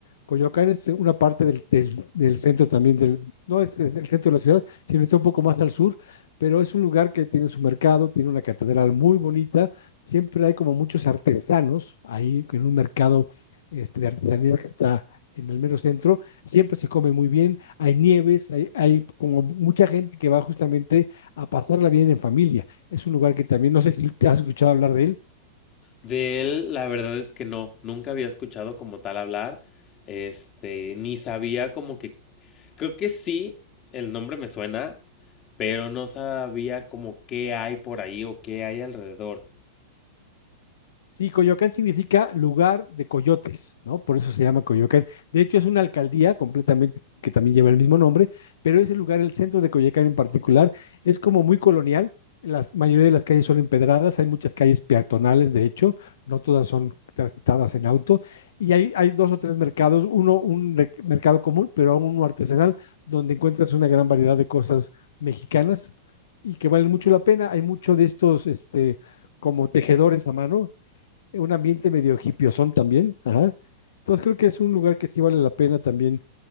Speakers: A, on the left; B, on the left.
A: Coyoacán es una parte del, del- del centro también, del, no es, es del centro de la ciudad, sino está un poco más al sur, pero es un lugar que tiene su mercado, tiene una catedral muy bonita siempre hay como muchos artesanos ahí en un mercado este, de artesanías que está en el mero centro, siempre se come muy bien, hay nieves, hay, hay, como mucha gente que va justamente a pasarla bien en familia. Es un lugar que también, no sé si te has escuchado hablar de él,
B: De él, la verdad es que no, nunca había escuchado como tal hablar, este, ni sabía como que, creo que sí, el nombre me suena, pero no sabía como qué hay por ahí o qué hay alrededor.
A: Sí, Coyoacán significa lugar de coyotes, ¿no? Por eso se llama Coyoacán. De hecho, es una alcaldía completamente que también lleva el mismo nombre, pero ese lugar, el centro de Coyoacán en particular, es como muy colonial. La mayoría de las calles son empedradas, hay muchas calles peatonales, de hecho, no todas son transitadas en auto, y hay, hay dos o tres mercados, uno un re- mercado común, pero uno artesanal, donde encuentras una gran variedad de cosas mexicanas y que valen mucho la pena. Hay mucho de estos, este, como tejedores a mano, un ambiente medio son también. Ajá. Entonces creo que es un lugar que sí vale la pena también